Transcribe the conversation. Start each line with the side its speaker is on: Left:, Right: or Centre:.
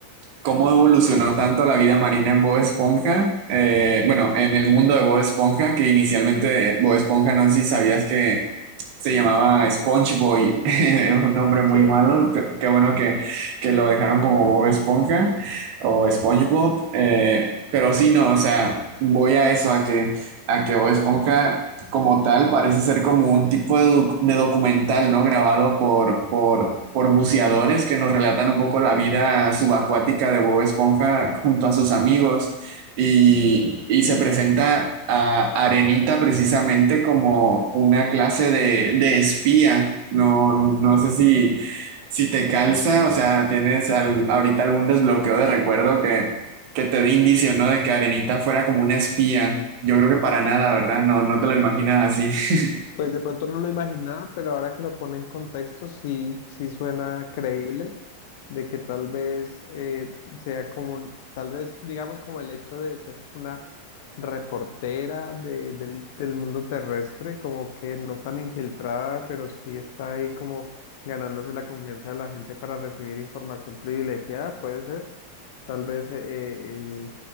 Right: cómo evolucionó tanto la vida marina en Bob Esponja, eh, bueno, en el mundo de Bob Esponja, que inicialmente Bob Esponja, no sé si sabías que se llamaba SpongeBob, <laughs> es un nombre muy
Left: Sí,
Right: malo, qué, qué bueno que, que lo dejaron como Bob Esponja o SpongeBob, eh, pero sí, no, o sea, voy a eso, a que, a que Bob Esponja como tal, parece ser como un tipo de, doc- de documental, ¿no? Grabado por, por, por buceadores que nos relatan un poco la vida subacuática de Bob Esponja junto a sus amigos. Y, y se presenta a Arenita precisamente como una clase de, de espía. No, no sé si, si te calza, o sea, tienes al- ahorita algún desbloqueo de recuerdo que que te dé indicio, ¿no? De que Arenita fuera como una espía. Yo creo que para nada, ¿verdad? No, no te lo imaginas así. <laughs>
Left: Pues de pronto no lo imaginaba, pero ahora que lo pone en contexto, sí, sí suena creíble de que tal vez eh, sea como, un- tal vez digamos como el hecho de ser como una reportera de- del, del mundo terrestre, como que no tan infiltrada, pero sí está ahí como ganándose la confianza de la gente para recibir información privilegiada, puede ser, tal vez eh, eh, eh,